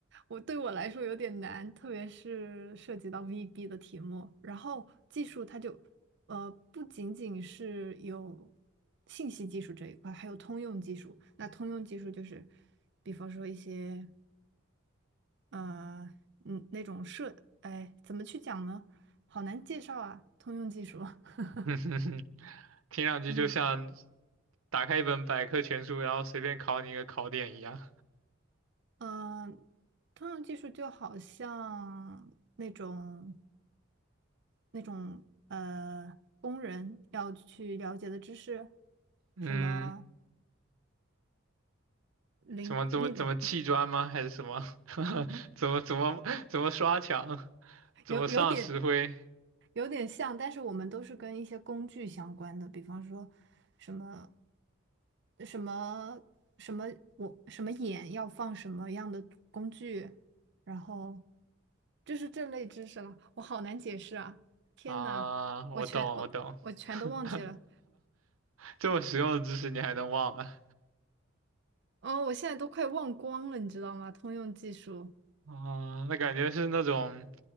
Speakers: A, on the right (about 55°); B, on the right (about 85°).
A: 我对我来说有点难，特别是涉及到 VB 的题目。然后技术它就，呃，不仅仅是有信息技术这一块，还有通用技术。那通用技术就是，比方说一些，呃，嗯，那种设，哎，怎么去讲呢？好难介绍啊，通用技术。<laughs>
B: <laughs> 听上去就像
A: 嗯
B: 打开一本百科全书，然后随便考你一个考点一样。
A: 嗯，呃通用技术就好像那种。那种呃工人要去了解的知识，
B: 嗯。
A: 什么零那种
B: 什么怎么怎么砌砖吗？还是什么？<laughs> 怎么怎么怎么刷墙？怎么上石灰？
A: 有有点有点像，但是我们都是跟一些工具相关的，比方说什么什么什么我什么眼要放什么样的工具，然后就是这类知识了，我好难解释啊！天呐，
B: 啊，我懂我懂，
A: 我全我我全都忘记了。
B: <laughs> 这么实用的知识你还能忘啊？
A: 哦，我现在都快忘光了，你知道吗？通用技术，
B: 啊，那感觉是那种